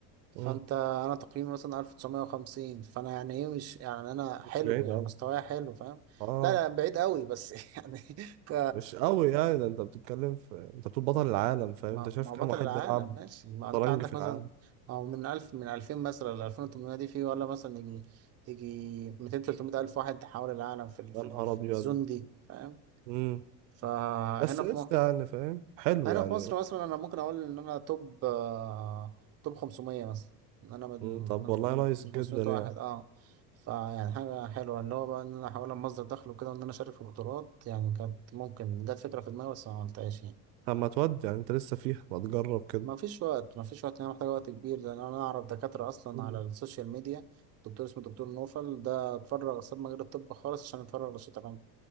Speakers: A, on the right (about 30°); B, on the right (about 75°).
A: فانت
B: امم
A: انا تقييمي مثلا 1950 فانا يعني ايه مش يعني انا حلو
B: مش بعيد
A: يعني
B: قوي
A: مستواي حلو فاهم
B: اه
A: لا لا بعيد قوي بس <laughs> يعني ك
B: مش قوي يعني ده انت بتتكلم في انت بتقول بطل العالم فاهم
A: ما
B: انت شايف
A: ما هو
B: كام
A: بطل
B: واحد
A: العالم
B: بيلعب
A: ماشي ما
B: شطرنج
A: انت عندك
B: في العالم
A: مثلا او من 1000 من 2000 مثلا ل 2800 دي في ولا مثلا يجي يجي 200 300 الف واحد حول العالم في ال... في
B: يا
A: ال...
B: نهار
A: في
B: ابيض
A: الزون دي فاهم
B: امم
A: فهنا
B: بس ايش
A: في مصر
B: يعني فاهم حلو
A: هنا
B: يعني
A: في مصر مثلا انا ممكن اقول ان انا توب آه، توب 500 مثلا إن انا من
B: مم.
A: من
B: طب والله
A: خم-
B: نايس
A: من
B: جدا
A: 500
B: يعني
A: واحد اه فيعني حاجة حلوة اللي هو بقى ان انا احاول مصدر دخل وكده وان انا اشارك في بطولات يعني كانت ممكن جت فكرة في دماغي بس ما عملتهاش يعني
B: طب ما تودي يعني انت لسه فيها ما تجرب كده
A: ما فيش وقت ما فيش وقت انا محتاج وقت كبير لان انا اعرف دكاترة اصلا
B: أمم.
A: على السوشيال ميديا دكتور اسمه دكتور نوفل ده اتفرغ ساب مجال الطب خالص عشان يتفرغ للشطرنج